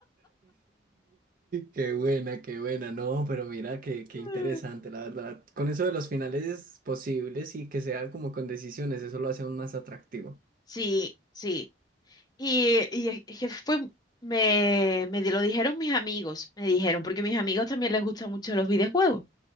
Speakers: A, on the right; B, on the left.
A: Qué buena, qué buena. No, pero mira, qué, qué
B: <laughs>
A: interesante, la verdad. Con eso de los finales posibles y que sea como con decisiones, eso lo hace aún más atractivo.
B: Sí, sí. Y, y es que fue, me, me lo dijeron mis amigos, me dijeron, porque mis amigos también les gustan mucho los videojuegos.